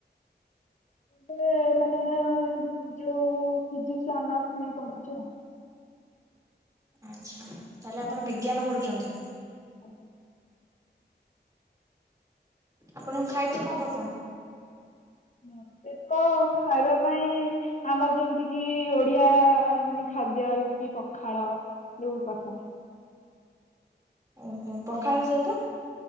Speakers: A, on the left; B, on the right.
A: ମୁଁ ଏ ମାନେ ଯୋଉ ଫିଜିକସ ଅନର୍ସ ନେଇ ପଢୁଛି ଆଉ।
B: ଆଚ୍ଛା ତାହେଲେ ଆପଣ ବିଜ୍ଞାନ ପଢ଼ୁଛନ୍ତି।
A: ଆଜ୍ଞା।
B: ଆପଣଙ୍କୁ ଖାଇତେ କଣ ପସନ୍ଦ?
A: ମତେ ତ ଖାଇବା ପାଇଁ ଆମର ଯେମିତି କିି ଓଡ଼ିଆ ମାନେ ଖାଦ୍ୟ ଯେମିତି ପଖାଳ। ବହୁତ୍ ପସନ୍ଦ।
B: ଓହୋ ପଖାଳ ସହିତ?